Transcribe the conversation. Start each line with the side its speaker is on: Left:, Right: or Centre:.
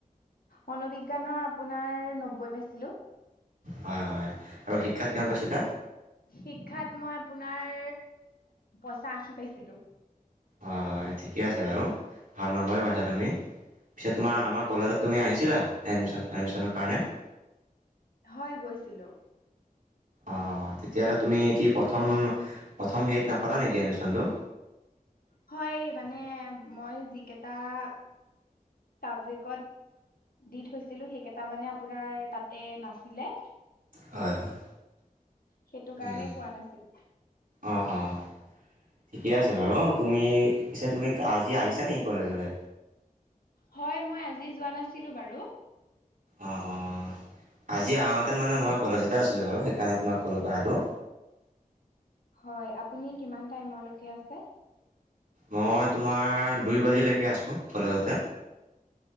Left: মনোবিজ্ঞানৰ আপোনাৰ নব্বৈ পাইছিলো।
Right: হয় হয় আৰু শিক্ষাত কিমান পাইছিলা?
Left: শিক্ষাত মই আপোনাৰ পঞ্চাশী পাইছিলো।
Right: হয় হয় ঠিকে আছে বাৰু। ভাল নম্বৰে
Left: হয়
Right: পাইছা তুমি পিছে তোমাৰ
Left: হয় হয়
Right: আমাৰ কলেজত তুমি আহিছিলা এডমিশ্যনৰ- এডমিশ্যনৰ কাৰণে?
Left: হয় গৈছিলোঁ।
Right: অঁ তেতিয়াহ'লে তুমি কি প্ৰথম প্ৰথম হেৰি নাপালা নেকি এডমিশ্যনতো?
Left: হয় মানে মই যিকেইটা- ছাবজেক্টত- দি থৈছিলো সেইকেইটা মানে আপোনাৰ তাতে নাছিলে।
Right: হয় হয়।
Left: সেইটো কাৰণে
Right: উম'
Left: পোৱা নাছিলো
Right: অঁ অঁ। ঠিকে আছে বাৰু। অঁ তুমি পিছে তুমি আজি আহিছা নেকি কলেজলৈ?
Left: হয়, মই আজি যোৱা নাছিলো বাৰু।
Right: অঁ অঁ আজি আহোতে মানে মই কলেজতে আছিলোঁ বাৰু সেইকাৰণে তোমাক ক'লোঁ কথাটো।
Left: হয়, আপুনি কিমান টাইমৰ লৈকে আছে?
Right: মই তোমাৰ দুই বজালৈকে আছো কলেজতে।